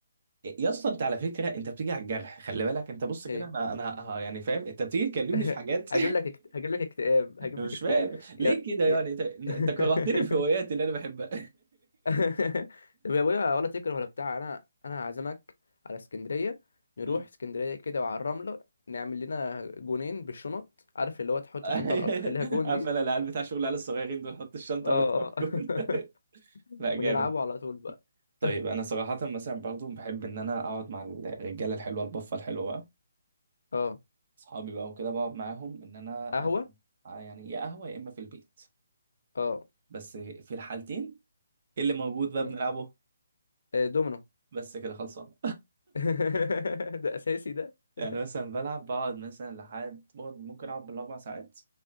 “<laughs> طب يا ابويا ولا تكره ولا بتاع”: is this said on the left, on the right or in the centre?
Left